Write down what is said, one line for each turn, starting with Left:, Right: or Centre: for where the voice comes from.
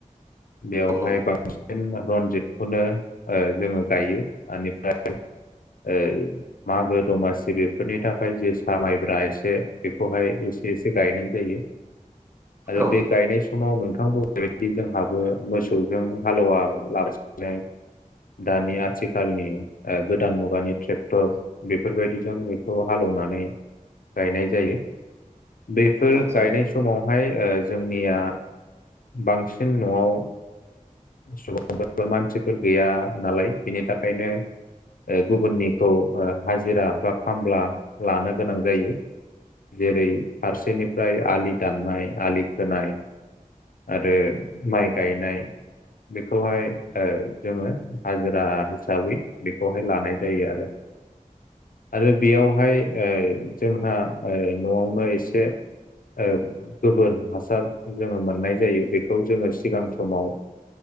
Left: बेवहाय
Right: औ
Left: बांसिन रनजितखौनो ओ जोङो गायो बेनिफ्राय <unintelligible> ओ मागो दमासि बेफोरनि थाखाय जे सामायब्रा एसे बेखौहाय एसे एसे गायनाय जायो आरो
Right: औ
Left: बे गायनाय समाव नों गो बेबायदि जोंहाबो मोसौजों हालौवा लासिनो दानि आथिखालनि गोदान मुगानि ट्रेक्टर बेफोरबायदिजों बेखौ हालेवनानै गायनाय जायो। बेफोर
Right: आदसा
Left: गायनाय समावहाय ओ जोंनिया बांसिन न'आव सुबुंफोर मानसिफोर गैया नालाय बिनि थाखायनो गुबुननिखौ हाजिरा बा खामला लानो गोनां जायो। जेरै फारसेनिफ्राय आलि दाननाय आलि खोनाय आरो माइ गायनाय बेखौहाय जोङो हाजिरा हिसाबै बेखौहाय लानाय जायो आरो। आरो बेयावहाय जोंहा ओ न'आवनो एसे ओ गोबोर हासार जोङो मोननाय जायो। बेखौ जोङो सिगां समाव